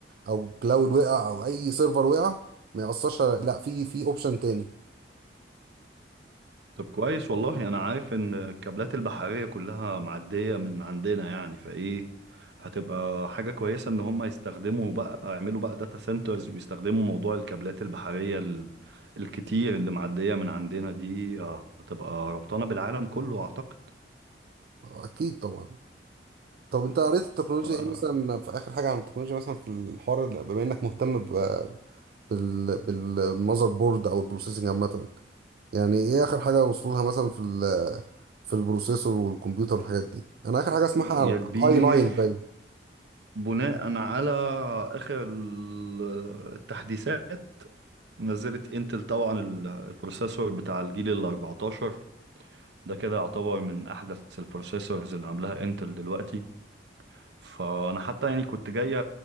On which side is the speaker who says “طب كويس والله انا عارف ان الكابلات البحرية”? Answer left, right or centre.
Right